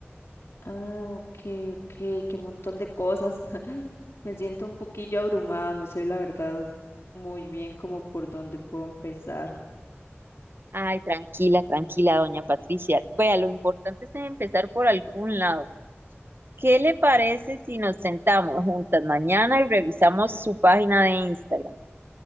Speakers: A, on the left (about 80°); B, on the right (about 55°).
A: Ah, ok, ok, qué montón de cosas. <laughs> Me siento un poquillo abrumada, no sé la verdad muy bien como por dónde puedo empezar.
B: Ay, tranquila, tranquila, doña Patricia. Vea, lo importante es empezar por algún lado. ¿Qué le parece si nos sentamos juntas mañana y revisamos su página de Instagram?